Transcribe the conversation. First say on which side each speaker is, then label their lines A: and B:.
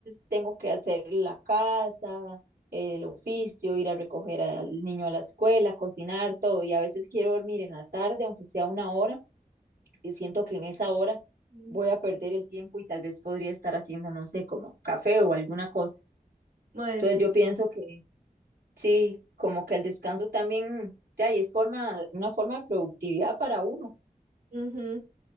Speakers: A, on the right (about 80°); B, on the right (about 65°).
A: tengo que hacer la casa, el oficio, ir a recoger al niño a la escuela, cocinar, todo, y a veces quiero dormir en la tarde, aunque sea una hora y siento que en esa hora
B: Mm.
A: voy a perder el tiempo y tal vez podría estar haciendo, no sé, como café o alguna cosa.
B: Mae,
A: Entonces
B: sí.
A: yo pienso que sí, como que el descanso también, de ahí es forma, una forma de productividad para uno,
B: ujú,